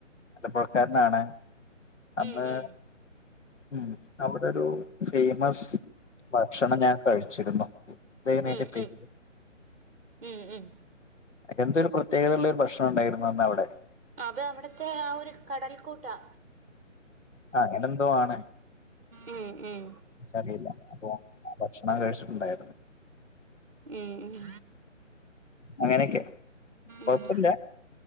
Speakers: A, on the left (about 70°); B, on the right (about 50°).
A: ആലപ്പുഴക്കാരനാണ് അന്ന്
B: ഉം ഉം
A: ഉം അവിടെരു ഫേമസ് ഭക്ഷണം ഞാൻ കഴിച്ചിരുന്നു. തേനൈന്റെ
B: ഉം
A: പേര്.
B: ഉം ഉം ഉം
A: എന്തൊരു പ്രത്യേകത ഉള്ളൊരു പ്രശ്നം ഉണ്ടായിരുന്നു അന്ന് അവടെ.
B: അത് അവിടത്തെ ആ ഒരു കടൽക്കൂട്ടാ
A: ആ അയിനറന്തോ ആണ്.
B: ഉം ഉം
A: അറിയില്ല. അപ്പൊ ഭക്ഷണം കഴിച്ചിട്ടുണ്ടായിരുന്നു.
B: ഉം ഉം
A: അങ്ങനെയൊക്കെ കൊഴപ്പല്ല.
B: ഉം